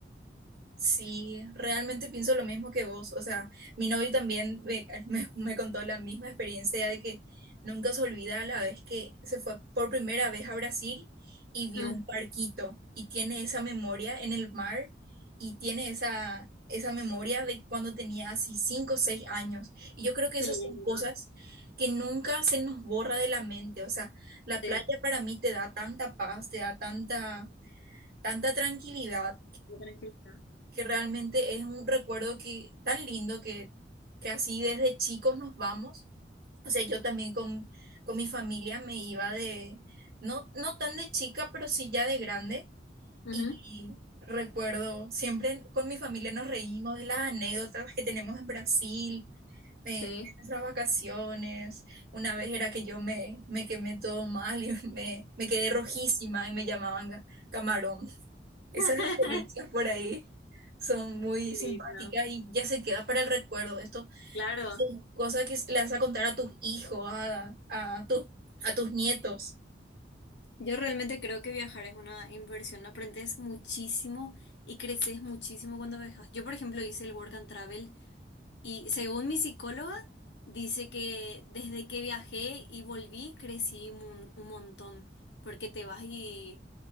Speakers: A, on the right (about 55°); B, on the left (about 75°).
A: Sí, realmente pienso lo mismo que vos. O sea, mi novio también me, <laughs> me- me contó la misma experiencia de que nunca se olvida la vez que se fue por primera vez a Brasil y vio
B: Mm,
A: un barquito y tiene esa memoria en el mar y tiene esa, esa memoria de cuando tenía así cinco o seis años. Y yo creo que
B: qué
A: esas
B: lindo,
A: son cosas que nunca se nos borra de la mente. O sea, la
B: Sí.
A: playa para mí te da tanta paz, te da tanta, tanta tranquilidad
B: qué tranquilidad.
A: que realmente es un recuerdo que tan lindo que, que así desde chicos nos vamos. O sea, yo también con, con mi familia me iba de, no, no tan de chica, pero sí ya de grande.
B: Ujú,
A: Y recuerdo, siempre con mi familia nos reímos de las anécdotas que tenemos en Brasil, en
B: Sí.
A: de nuestras vacaciones. Una vez era que yo me, me quemé todo mal y <laughs> me, me quedé rojísima y me llamaban ca- camarón. Esas
B: <laughs>
A: experiencias por ahí son muy
B: Qué
A: simpáticas
B: lindo.
A: y ya se queda para el recuerdo. Esto
B: Claro,
A: es cosa que le vas a contar a tus hijos, a, a, tus- a tus nietos.
B: Yo realmente creo que viajar es una inversión, aprendes muchísimo y creces muchísimo cuando viajas. Yo, por ejemplo, hice el Work and Travel y según mi psicóloga, dice que desde que viajé y volví, crecí un un, montón, porque te vas y